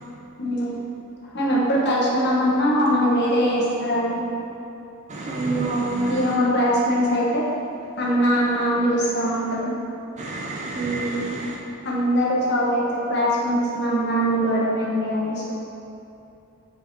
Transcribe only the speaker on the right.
అవును అవునండి
ఉహ్